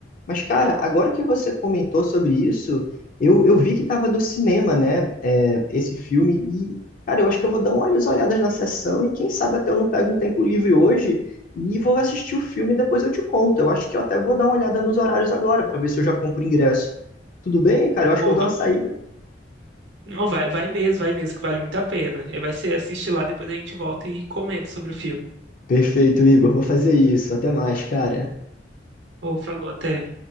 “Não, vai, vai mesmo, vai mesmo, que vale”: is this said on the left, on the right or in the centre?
Right